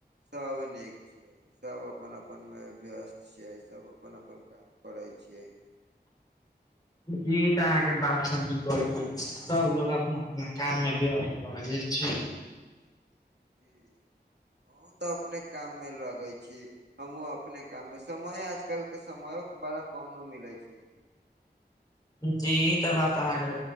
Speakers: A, on the right; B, on the left.
A: सब नीक छियै। सब अपन अपनमे व्यस्त छियै सब अपन अपन काम करै छियै।
B: जी ई तऽ अहाँके बात सही कहै छी सब लोग अपना अपना काम मे व्यस्त रहली छै।
A: जी अहौं तऽ अपने काममे लगै छी। हमूँ अपने काममे समय आजकलके समयो बड़ा कम नु मिलै छै।
B: जी ई तऽ बात अहाँके